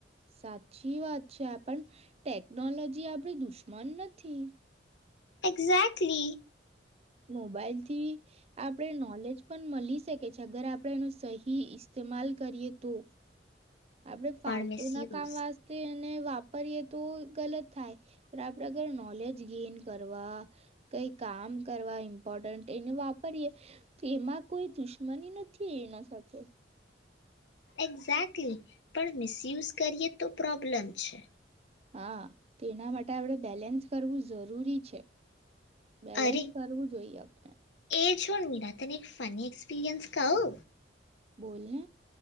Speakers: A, on the right (about 35°); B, on the left (about 80°).
A: સાચી વાત છે પણ ટેકનોલોજી આપડી દુશ્મન નથી.
B: એક્ઝેક્ટલી.
A: મોબાઈલથી આપડે નોલેજ પણ મળી શકે છે અગર આપણેે એનો સહી ઇસ્તેમાલ કરીએ તો. આપડ ફાલતુ
B: પણ મિસયુઝ
A: ના કામ વાતે વાપરીએ તો ગલત થાય પણ આપડે ઘર નોલેજ ગેન કરવા કઈ કામ કરવા ઇમ્પોર્ટન્ટ એને વાપરીએ તો એમાં કોઈ દુશ્મની નથી એના સાથે.
B: એક્ઝે્ટલી. પણ મિસયુઝ કરીએ તો પ્રોબ્લેમ છે.
A: હા તો એના માટે આપડે બેલેન્સ કરવું જરૂરી છે. બેલેન્સ
B: અરે
A: કરવું જોઈએ આપણે.
B: એ છોડ નિરા તને એક ફની એક્સપીરિયન્સ કા હો.
A: બોલ.